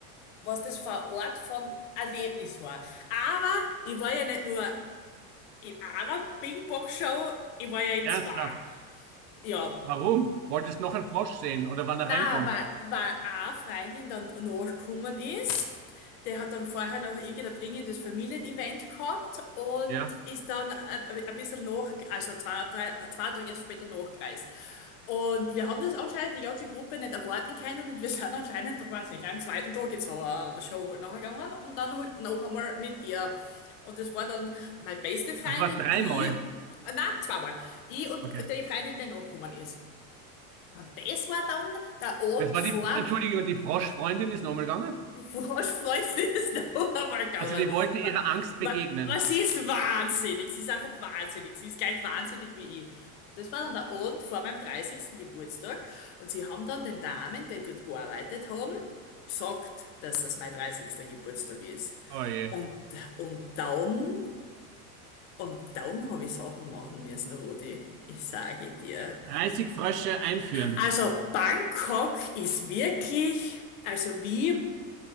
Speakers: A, on the left; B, on the right.
A: was das für ein Ort von Erlebnis war. Aber ich war ja nicht nur in einer Ping-Pong-Show, ich war ja in
B: Ernsthaft.
A: zwei. Ja,
B: Warum? Wolltest noch einen Frosch sehen oder wann er
A: Na,
B: reinkommt?
A: weil, weil eine Freundin dann nachgekommen ist. Der hat dann vorher noch irgendein dringendes Familienevent gehabt und
B: Ja.
A: ist dann ein ein bisschen nach, also zwei, drei, zwei Tage später nachgereist. Und wir haben das anscheinend die ganze Gruppe nicht erwarten können und wir sind anscheinend, da weiß nicht, am zweiten Tag jetzt so eine Show halt nachher gegangen und dann halt noch einmal mit ihr. Und das war dann meine beste Freundin,
B: Also war es dreimal.
A: ich, nein, zweimal, ich und
B: Okay.
A: die Freundin, die nachgekommen ist. Und das war dann der Abend
B: Das war
A: vor
B: die, Fro-
A: dem
B: Entschuldigung, die Froschfreundin ist nochmal gegangen.
A: die Vorfreude des Dauermarkauers.
B: Also die wollte
A: <laughs>
B: ihrer
A: Wa-
B: Angst begegnen.
A: wa- Was sie ist wahnsinnig? Sie ist einfach wahnsinnig. Sie ist gleich wahnsinnig wie ich. Das war dann der Abend vor meinem dreißigsten Geburtstag. Und sie haben dann den Damen, die dort gearbeitet haben, gesagt, dass das mein dreißigster Geburtstag ist.
B: Oh je.
A: Und, und dann, und dann habe ich Sachen machen müssen, Rudi. Ich sage dir.
B: 30 Frösche einführen.
A: Also Bangkok ist wirklich, also wie,